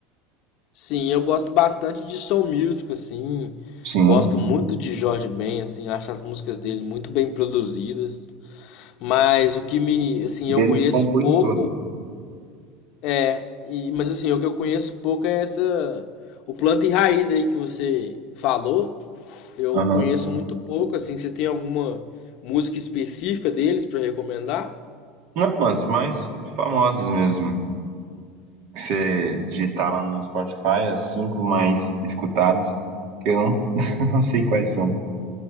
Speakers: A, on the left; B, on the right.
A: Sim, eu gosto bastante de soul music, assim.
B: Sim,
A: Gosto muito de Jorge Ben, assim, eu acho as músicas dele muito bem produzidas. Mas o que me, assim, eu
B: ele
A: conheço
B: compõe
A: pouco
B: todas.
A: é, e- mas assim, o que eu conheço pouco é essa o planta e raiz aí que você falou. Eu
B: Aham.
A: conheço muito pouco, assim, você tem alguma música específica deles pra recomendar?
B: Não, as mais famosas mesmo. Você digitar lá no Spotify as cinco mais escutadas, que eu não, <laughs> não sei quais são.